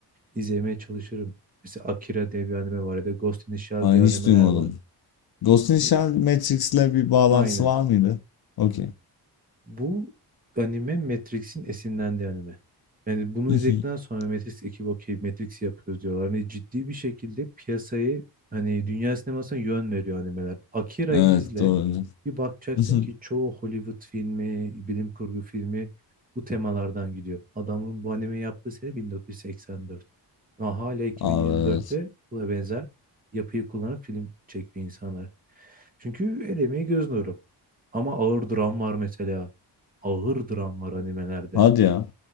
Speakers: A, on the right; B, on the left.
A: izlemeye çalışırım. Mesela Akira diye bir anime var ya da Ghost in the Shell
B: Ay
A: diye animeler
B: hiç duymadım.
A: var.
B: Ghost in the
A: Bu,
B: Shell Matrix'le bir bağlantısı
A: aynen.
B: var mıydı? Okey.
A: Bu anime Matrix'in esinlendiği anime. Yani bunu
B: <laughs>
A: izledikten sonra Matrix ekibi okey Matrix yapıyoruz diyorlar. Ve ciddi bir şekilde piyasayı hani dünya sinemasına yön veriyor animeler. Akira'yı
B: Evet
A: izle.
B: doğru.
A: Bir bakacaksın
B: <laughs>
A: ki çoğu Hollywood filmi, bilim kurgu filmi bu temalardan gidiyor. Adamın bu anime yaptığı sene 1984. Ama hala 2024'te
B: Abi evet.
A: buna benzer yapıyı kullanan film çekiyor insanlar. Çünkü el emeği göz nuru. Ama ağır dram var mesela. Ağır dram var animelerde.
B: Hadi ya.